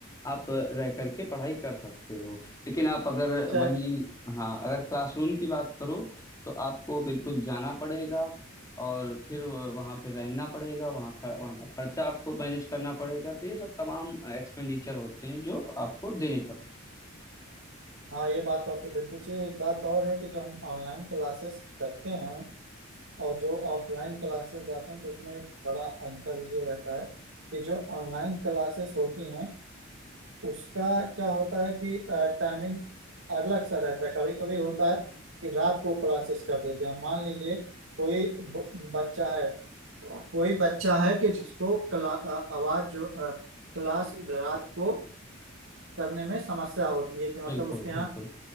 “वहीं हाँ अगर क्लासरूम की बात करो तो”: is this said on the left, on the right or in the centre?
Left